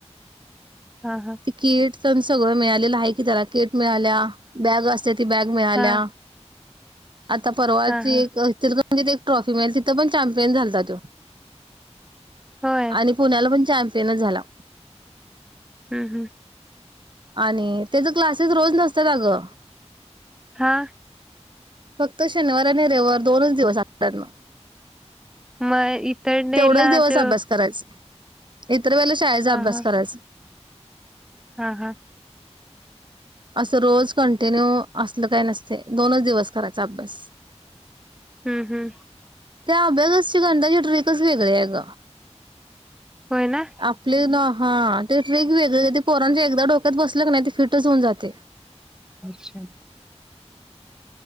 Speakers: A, in the centre; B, on the right.
A: हा हा.
B: कीट तेन सगळं मिळालेलं आहे की त्याला किट मिळाल्या बॅग असत्या ती बॅग मिळाल्या.
A: हा
B: आता परवाची
A: हा हा
B: एक <unintelligible> म्हणजे एक ट्रॉफी मिळेल तिथं पण चॅम्पियन झालता तो.
A: होय
B: आणि पुण्याला पण चॅम्पियनच झाला.
A: हम् हम.
B: आणि त्याचं क्लासेस रोज नसत्यात अगं
A: हा?
B: फक्त शनिवार आणि रविवार दोनच दिवस आठवड्यातन
A: मग इतरडेला
B: तेवढच दिवस
A: त
B: अभ्यास करायच इतर वेळे शाळेचा
A: हा
B: अभ्यास
A: हा
B: करायच.
A: हा हा.
B: असं रोज कंटिन्यू असलं काय नसतय दोनच दिवस करायचा अभ्यास.
A: हम्म हम्म.
B: त्या अभ्यागस <unintelligible> गंधाची ट्रिकच वेगळा आहे आग
A: होय ना?
B: आपले ना हा ते ट्रेक वेगळे ते पोरांच्या एकदा डोक्यात बसल क नाही ते फिटच होऊन जात ते
A: अच्छा <unintelligible>